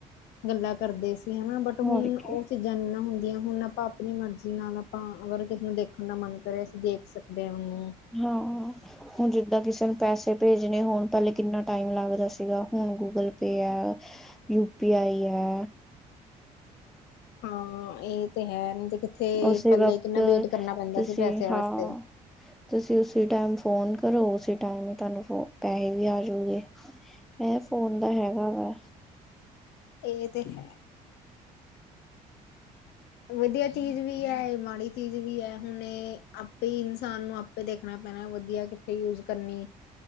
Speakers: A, on the left; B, in the centre.
A: ਗੱਲਾਂ ਕਰਦੇ ਸੀ। ਹਨਾ ਬਟ
B: ਹੋਰ
A: ਹੁਨ ਉਹ
B: ਕੀ
A: ਚੀਜ਼ਾਂ ਨੀ ਨਾ ਹੁੰਦੀਆਂ ਹੁਣ ਆਪਾਂ ਆਪਨੀ ਮਰਜ਼ੀ ਨਾਲ ਹਾਂ ਅਗਰ ਕਿਸੇ ਨੂੰ ਦੇਖਨ ਦਾ ਮਨ ਕਰੇ ਅਸੀਂ ਦੇਖ ਸਕਦੇ ਆਂ ਓਨੂੰ।
B: ਹਾਂ। ਹੁਨ ਜਿੱਦਾਂ ਕਿਸੇ ਨੂੰ ਪੈਸੇ ਭੇਜਨੇ ਹੋਨ ਪੈਲੇ ਕਿੰਨਾ ਟਾਈਮ ਲੱਗਦਾ ਸੀਗਾ ਹੁਨ ਗੂਗਲ ਪੇ ਐ। ਯੂ ਪੀ ਆਈ ਐ।
A: ਹਾਂ ਏਹ ਤੇ ਹੈ ਨੀ ਤੇ ਥੇ
B: ਉਸੇ
A: ਪਹਿਲੇ
B: ਵਕਤ
A: ਕਿੰਨਾ ਵੇਟ ਕਰਨਾ ਪੈਂਦਾ
B: ਤੁਸੀਂ
A: ਸੀ ਪੈਸਿਆਂ
B: ਹਾਂ
A: ਵਾਸਤੇ।
B: ਤੁਸੀਂ ਉਸੀ ਟਾਈਮ ਫੋਨ ਕਰੋ ਉਸੇ ਟਾਈਮ ਈ ਤੁਹਾਨੂੰ ਪੈਸੇ ਵੀ ਆਜੂਗੇ। ਐ ਫੋਨ ਦਾ ਹੈਗਾ ਵਾ।
A: ਏਹ ਤੇ ਹੈ। ਵਦੀਆ ਚੀਜ਼ ਵੀ ਐ ਇਹ ਮਾੜੀ ਚੀਜ਼ ਵੀ ਐ ਹੁਨ ਇਹ ਆਪੇ ਇਨਸਾਨ ਨੂੰ ਆਪੇ ਦੇਖਨਾ ਪੈਨਾ ਵਦੀ ਵਦੀਆ ਕਿੱਥੇ ਯੂਜ ਕਰਨੀ